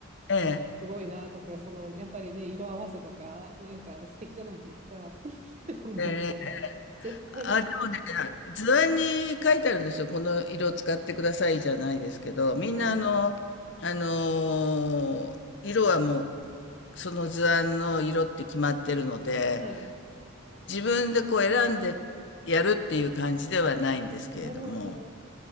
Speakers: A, on the left; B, on the right.
A: ええ、
B: えすごいなとか、そのやっぱりね、色合わせとか、なんか素敵じゃないですか。<laughs> でもね、
A: ええ、
B: 絶対無理ですね。
A: あ、でもね、図案に書いてあるんですよ。この色使ってくださいじゃないですけど、みんなあの、
B: はい。
A: あのー色はもう、その図案の色って決まってるので、
B: はい。
A: 自分でこう選んでやるっていう感じではないんですけれども、
B: なるほど。